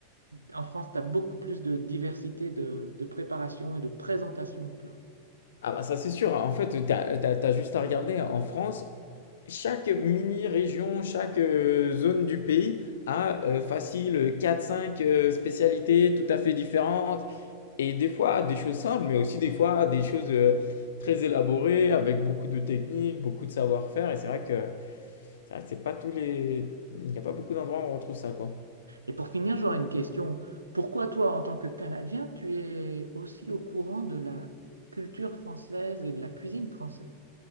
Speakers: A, on the right; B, on the left.
A: en France, tu as beaucoup plus de diversité de, de préparation et de présentation de plats.
B: Ah bah ça c'est sûr, en fait, t'as, t'as, t'as juste à regarder en France. chaque mini-région, chaque euh, zone du pays a euh, facile quatre cinq euh, spécialités tout à fait différentes. Et des fois, des choses simples, mais aussi des fois, des choses euh, très élaborées, avec beaucoup de techniques, beaucoup de savoir-faire. Et c'est vrai que c'est vrai que c'est pas tous les... Il n'y a pas beaucoup d'endroits où on retrouve ça, quoi.
A: Et pour finir, j'aurais une question. Pourquoi toi, en tant que Canadien, tu es aussi au courant de la culture française et de la cuisine française?